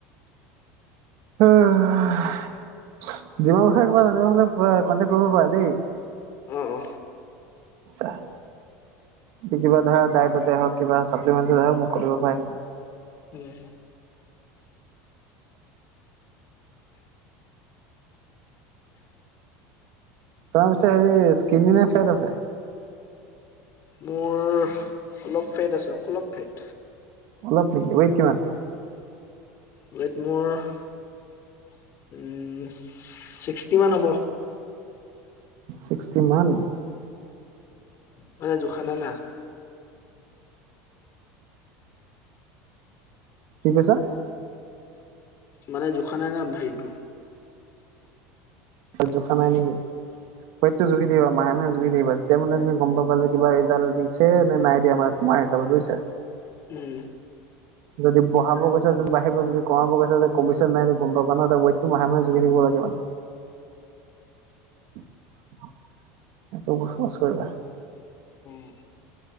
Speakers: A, on the right; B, on the left.
A: অহ জিমৰ বিষয়ে কিবা জানিব হ'লে কনটেক্ট কৰিব পাৰা দেই। আচ্ছা!
B: অ অ
A: কিবা ধৰা ডায়েটতে হওক কিবা চাপ্লিমেণ্টে হওক মোক সুধিব পাৰে কিন্তু
B: উম <unintelligible>
A: তোৰ পিছহে স্কিনী নে ফেট আছে
B: মোৰ অলপ ফেট আছে অলপ ফেট
A: অলপ নেকি উৱেত কিমান
B: উৱেত মোৰ উম ছিক্সটি মান হ'ব
A: ছিক্সটি মান
B: মানে জুখানাই না
A: কি কৈছা
B: মানে জোখান নাই নাম হেৰিটো
A: ত জোখা নাই নেকি উৱেটতো জুখি দিবা মাহে মাহে জুগি থাকিবা তেতিয়া মানে তুমি গম পা যে কিবা ৰিজাল্ট দিছে নাই দিয়া মানে তোমাৰ হিচাপত বুজিছা
B: উম
A: যদি বহাব গৈছে তেন বাঢ়িব যদি কমাব গৈছে তে কমিছেনে নাই সেই গম পাব কাৰ নে হ বটো মাহে মাহে জুখি থাক লাগে মানে <inaudible> সটো বস মছ কৰিবলা <unintelligible>
B: উম